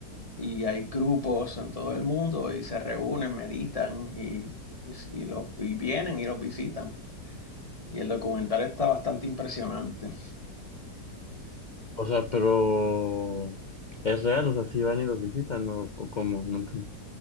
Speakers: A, on the left; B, on the left.
A: y hay grupos en todo el mundo y se reúnen, meditan y, y, y los, y vienen y los visitan. Y el documental está bastante impresionante.
B: O sea, pero es real, o sea, sí van y los visitan, ¿no? ¿O cómo? No entiendo.